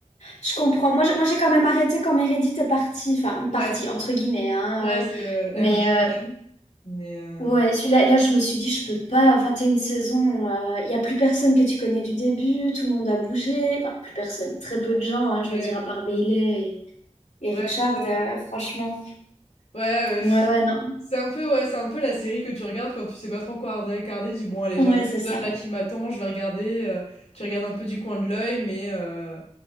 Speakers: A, on the left (about 80°); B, on the left (about 65°).
A: Je comprends. Moi, j'ai moi, j'ai quand même arrêté quand Meredith est partie. Enfin, partie,
B: ouais,
A: entre guillemets, hein.
B: ouais,
A: euh,
B: c'est, heu,
A: mais
B: elle revient quand même,
A: euh,
B: mais heu
A: Ouais, celui-là, là, je me suis dit, je peux pas, 21 saisons, il y a plus personne que tu connais du début, tout le monde a bougé, enfin, plus personne, très peu de gens, hein,
B: ouais,
A: je veux dire, à part Bailey et, et
B: ouais,
A: Richard,
B: c'est ça.
A: euh, franchement.
B: Ouais, ouais.
A: Ouais,
B: pff.
A: ouais, non,
B: C'est un peu, ouais, c'est un peu la série que tu regardes quand tu sais pas trop quoi regarder. regarder, Dis bon, allez,
A: ouais,
B: j'ai un épisode
A: c'est ça.
B: là qui m'attend, je vais regarder. euh, tu regardes un peu du coin de l'œil, mais euh,